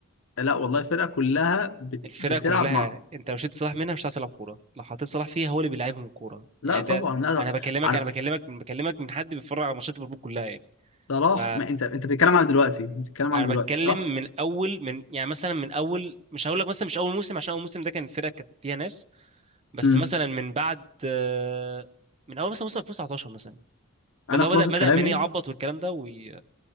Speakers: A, on the left (about 60°); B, on the right (about 30°).
A: لا والله الفرقه كلها بت...
B: الفرقه
A: بتلعب
B: كلها
A: مع
B: انت لو شلت صلاح منها مش هتعرف تلعب كوره لو حطيت صلاح فيها هو اللي بيلعبهم الكوره
A: لا
B: يعني
A: طبعا
B: ده
A: لا لا.
B: انا بكلمك
A: عارف
B: انا بكلمك من بكلمك من حد بيتفرج على ماتشات ليفربول كلها يعني
A: صلاح
B: ف
A: ما انت انت بتتكلم على دلوقتي انت بتتكلم
B: انا
A: على دلوقتي
B: بتكلم
A: صح؟
B: من اول من يعني مثلا من اول مش هقول لك مثلا مش اول موسم عشان اول موسم ده كان الفرقه كانت فيها ناس بس
A: امم
B: مثلا من بعد آه، من اول مثلا موسم 2019 مثلا
A: انا
B: اللي
A: خلاص
B: هو بدا بدا
A: كلامي
B: ماني يعبط والكلام ده وي...